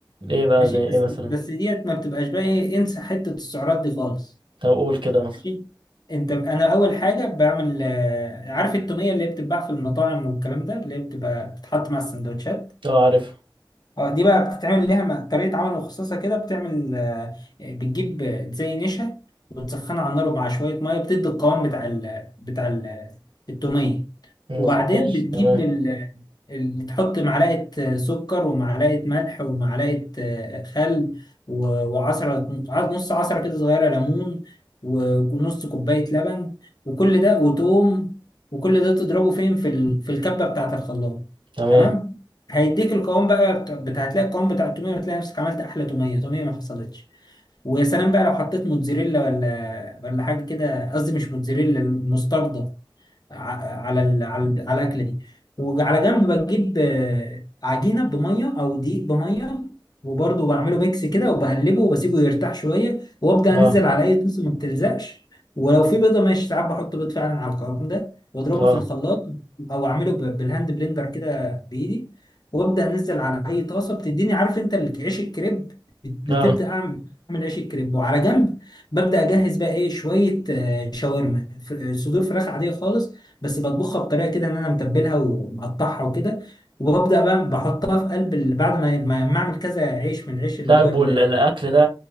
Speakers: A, on the right; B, on the left.
A: ايه بقى
B: ماشي
A: زي ايه
B: بس
A: مثلا
B: بس ديت ما بتبقاش بقى ايه انسى حتة السعرات دي خالص
A: طب قول كده مثلا
B: ماشي انت انا اول حاجة بعمل آه، عارف التومية اللي هي بتتباع في المطاعم والكلام ده اللي هي بتبقى بتتحط مع السندوتشات
A: اه عارف
B: اه دي بقى بتتعمل ليها م- طريقة عمل مخصصة كده بتعمل آه، بتجيب زي نشا وتسخنها على النار مع شوية مية بتدي القوام بتاع ال بتاع ال التومية
A: مظبوط
B: وبعدين
A: ماشي
B: بتجيب
A: تمام
B: ال ال- تحط معلقة آه، سكر ومعلقة ملح ومعلقة آه، خل و- وعصرة ع- نص عصرة كده صغيرة ليمون و- ونص كوباية لبن وكل ده وتوم وكل ده تضربه فين في ال- في الكبة بتاعة الخلاط
A: تمام
B: تمام هيديك القوام بقى بتاع بتاع- هتلاقي القوام بتاع التوميه وتلاقي نفسك عملت احلى توميه توميه ما حصلتش ويا سلام بقى لو حطيت موتزاريلا ولا ولا حاجه كده قصدي مش موتزاريلا المستردة ع- على ال على ال على الاكله دي وعلى جنب بجيب آه، عجينه بميه او دقيق بميه وبرضه بعمله ميكس كده وبقلبه وبسيبه يرتاح شويه وابدا
A: اه
B: انزل على اي طاسه ما بتلزقش ولو في بيضه ماشي ساعات بحط بيض فعلا على القوام ده واضربه
A: اه
B: في الخلاط او اعمله ب- بالهاند بلندر كده بايدي وابدا انزل على اي طاسه بتديني عارف انت ال- عيش الكريب بت- بتبدا
A: اه
B: اعمل اعمل عيش الكريب وعلى جنب ببدا اجهز بقى ايه شويه آه، شاورما ف- صدور فراخ عاديه خالص بس بطبخها بطريقه كده ان انا متبلها ومقطعها وكده وببدا بقى بحطها في قلب ال- بعد ما ما ما اعمل كذا عيش من العيش اللي
A: طيب
B: هو ال-
A: والاكل ده